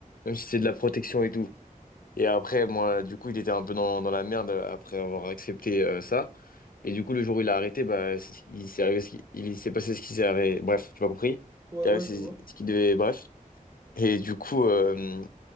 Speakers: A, on the left; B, on the right.
A: Même si c'est de la protection et tout. Et après, moi, du coup, il était un peu dans, dans la merde après avoir accepté euh, ça. Et du coup, le jour où il a arrêté, bah, c'est- il s'est arrivé ce qui- il s'est passé ce qui s'est arrivé. Bref, tu m'as compris?
B: Ouais,
A: Il s'est
B: ouais,
A: arrivé ce
B: je vois.
A: ce qui devait. Bref. Et du coup. euh,